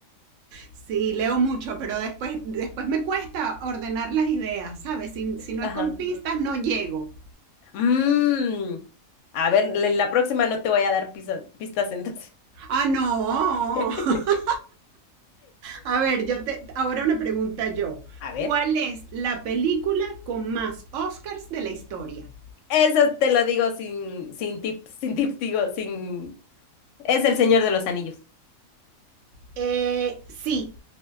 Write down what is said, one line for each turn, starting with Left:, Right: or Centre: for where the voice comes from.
Right: Sí, leo mucho, pero después, después me cuesta ordenar las ideas, ¿sabes? Si, si no
Left: Ajá.
Right: es con pistas, no llego.
Left: Mm. A ver, en la próxima no te voy a dar pisa- pistas entonces.
Right: Ah, no.
Left: <laughs>
Right: <laughs> A ver, yo te, ahora una pregunta yo.
Left: A ver.
Right: ¿Cuál es la película con más Oscars de la historia?
Left: Eso te lo digo sin, sin tips, sin tips, digo, sin... Es el Señor de los Anillos.
Right: Eh, sí,